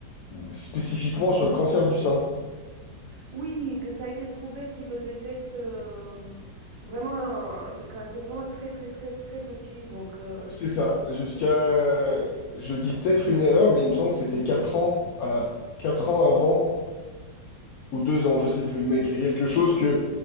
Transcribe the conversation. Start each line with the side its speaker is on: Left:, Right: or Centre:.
Left: spécifiquement sur le cancer du sein.
Right: Oui, que ça a été prouvé qu'ils le détectent euh, vraiment euh, quand c'est vraiment très, très, très, très petit. Donc, euh,
Left: C'est ça. Jusqu'à, je dis peut-être une erreur, mais il me semble que c'était quatre ans à la, 4 ans avant. ou deux ans, je sais plus, mais quelque chose que